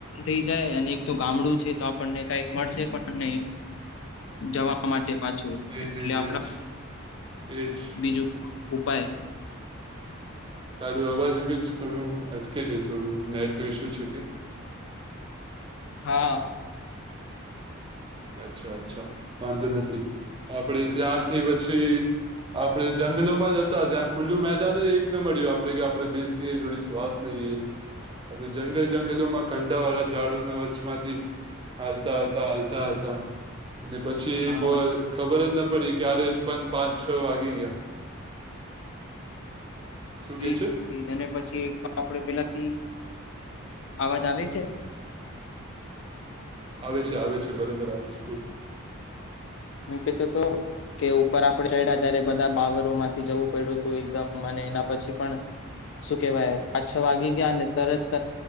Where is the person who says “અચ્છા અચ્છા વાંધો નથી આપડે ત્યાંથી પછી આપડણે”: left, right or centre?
Right